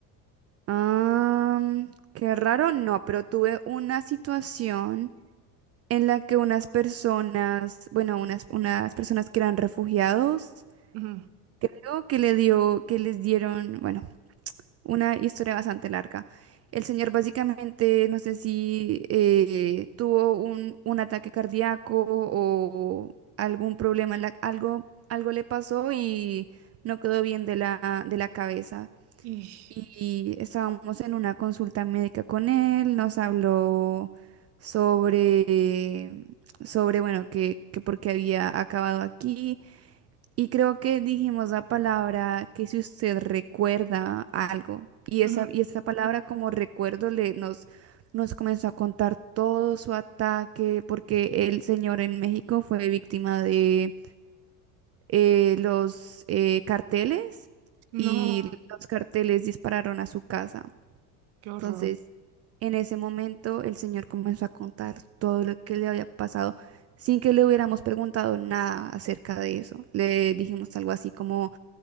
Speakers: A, on the right; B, on the right.
A: Am, qué raro, no, pero tuve una situación en la que unas personas, bueno, unas, unas personas que eran refugiados,
B: Ujú.
A: creo que le dio, que les dieron, bueno, una historia bastante larga. El señor básicamente, no sé si eh, tuvo un, un ataque cardíaco o algún problema, en la- algo, algo le pasó y no quedó bien de la, de la cabeza.
B: Y,
A: Y estábamos en una consulta médica con él, nos habló sobre, sobre bueno, que, que por qué había acabado aquí y creo que dijimos la palabra que si usted recuerda algo, y esa,
B: ujú.
A: y esa palabra como recuerdo le nos, nos comenzó a contar todo su ataque, porque el señor en México fue víctima de eh, los eh, carteles
B: No,
A: y los carteles dispararon a su casa.
B: qué horror.
A: Entonces, en ese momento el señor comenzó a contar todo lo que le había pasado sin que le hubiéramos preguntado nada acerca de eso. Le dijimos algo así como